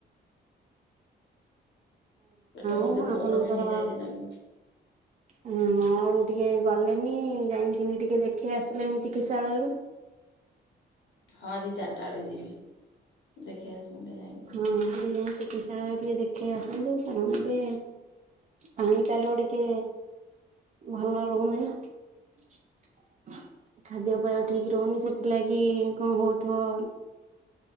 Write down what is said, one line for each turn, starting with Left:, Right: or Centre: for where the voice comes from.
Left: ପେଟ ଫେଟ
Right: ହଉ ଆପଣଙ୍କର।
Left: ଗରମ ହେଇଯାଇଛି ନା ଏବେ
Right: ହଁ ଆଉ ଟିକେ ଗଲେନି, ଯାଇକିନି ଟିକେ ଦେଖେଇ ଆସିଲେନି ଚିକିତ୍ସାଳୟରୁ।
Left: ହଁ ଆଜି ଚାରିଟା ବେଳେ ଯିବି, ଦେଖେଇ ଆସିବି। ଟିକେ ଯାଇକି ଆଉ।
Right: ହଁ ଟିକେ ଯାଇ ଚିକିତ୍ସାଳୟରେ ଟିକେ ଦେଖେଇ ଆସନ୍ତୁ କାରଣ ଏବେ। ପାଣି ପାଗ ଟିକେ ଭଲ ରହୁନି ନା। ଖାଦ୍ୟ ପେୟ ଠିକ୍ ରହୁନି ସେଥିଲାଗି କଣ ହଉଥିବ।